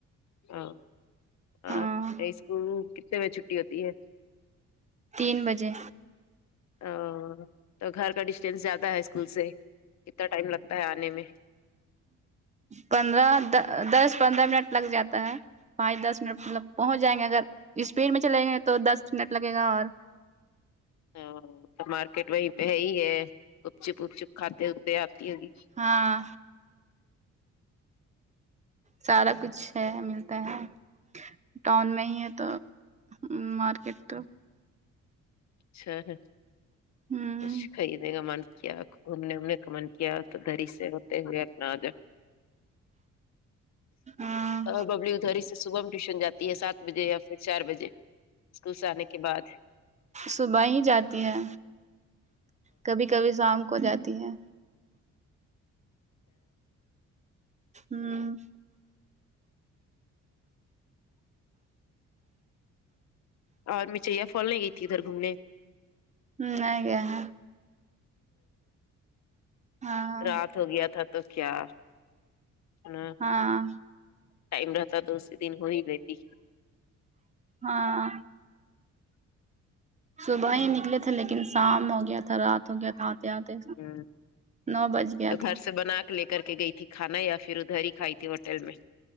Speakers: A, on the left; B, on the right.
A: ہاں
B: ہاں
A: اسکول کتنے بجے چھٹی ہوتی ہے
B: تین بجے
A: آ تو گھر کا ڈسٹینس زیادہ ہے اسکول سے کتنا ٹائم لگتا ہے آنے میں
B: پندرہ دا دس پندرہ منٹ لگ جاتا ہے پانچ دس منٹ مطلب پہنچ جائیں گے اگر اسپیڈ میں چلیں گے تو دس نیٹ لگے گا اور
A: ہاں تو مارکیٹ وہیں پہ ہے ہی ہے گپ چپ گپ چپ کھاتے وے آتی ہوگی
B: ہاں سارا کچھ ہے ملتا ہے ٹاؤن میں ہی ہے تو ہ مارکیٹ
A: اچھا ہے
B: ہ
A: کچھ خارد نے کا من کیا ان نے ان نے کمن کیا تو گھر سے ہوتے ہوئے اپنا آ ج
B: ہاں
A: اور ببلی ادھاری سے صبح میں ٹیوشن جاتی ہے سات بجے یا پھر چار بجے اسکول سے آنے کے بعد
B: صبح ہی جاتی ہے کبھی کبھی شام کو جاتی ہے ہوں
A: اور مچیا فول نہیں گئی تھی ادھر گھومنے
B: ہوں نہیں گے ہیں ہاں
A: رات ہو گیا تھا تو کیا ھھم
B: ہاں
A: ٹائم رہتا تو اسی دن ہو ہی رہتی
B: ہاں صبح ہی نکلے تھے لیکن شام ہو گیا تھا رات ہو گیا تھا آتے
A: ہ
B: نو بج گیا
A: تو گھر
B: تھا
A: سے بنا کے لے کے کر کے گئی تھی کھانا یا پھر ادھر ہی کھائی تھی ہوٹل میں